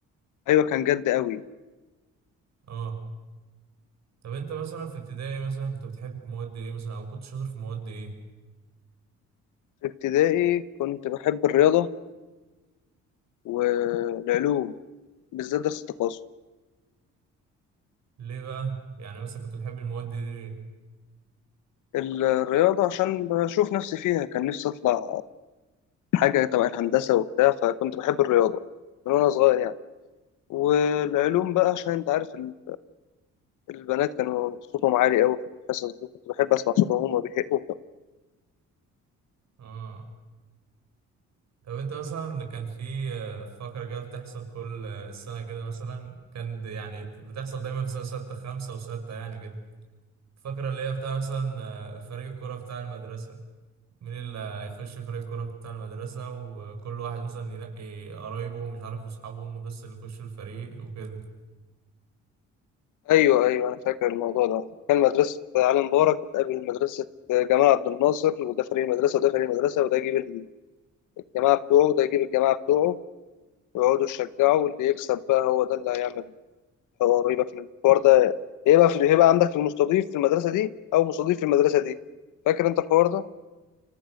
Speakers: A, on the left; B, on the right.
A: ايوه كان جد قوي
B: اه طب انت مثلا في ابتدائي مثلا كنت بتحب مواد ايه مثلا او كنت شاطر في مواد ايه
A: في ابتدائي كنت بحب الرياضه والعلوم بالذات درس التقاسم
B: ليه بقى يعني مثلا كنت بتحب المواد دي ليه
A: الرياضه عشان بشوف نفسي فيها كان نفسي اطلع حاجه تبع الهندسه وبتاع فكنت بحب الرياضه من وانا صغير يعني والعلوم بقى عشان انت عارف ال- البنات كانوا صوتهم عالي قوي في الحصص دي كنت بحب اسمع صوتهم وهما بيهقوا
B: اه طب انت مثلا كان في آه، فقرة كده بتحصل كل آه، السنة كده مثلا كان د- يعني بتحصل دايما في سنة ستة خمسة وستة يعني كده الفقرة اللي هي بتاع مثلا آه، فريق الكرة بتاع المدرسة مين اللي هيخش فريق الكرة بتاع المدرسة وكل واحد مثلا ينقي قرايبه ومش عارف واصحابه هم بس اللي يخشوا الفريق وكده
A: ايوه ايوه انا فاكر الموضوع ده كان مدرسه علي مبارك بتقابل مدرسه جمال عبد الناصر وده فريق المدرسه وده فريق المدرسه وده يجيب الجماعه بتوعه وده يجيب الجماعه بتوعه ويقعدوا يشجعوا واللي يكسب بقى هو ده اللي هيعمل حوار يبقى في الحوار ده يبقى في هيبقى عندك في المستضيف في المدرسة دي أو مستضيف في المدرسة دي فاكر أنت الحوار ده؟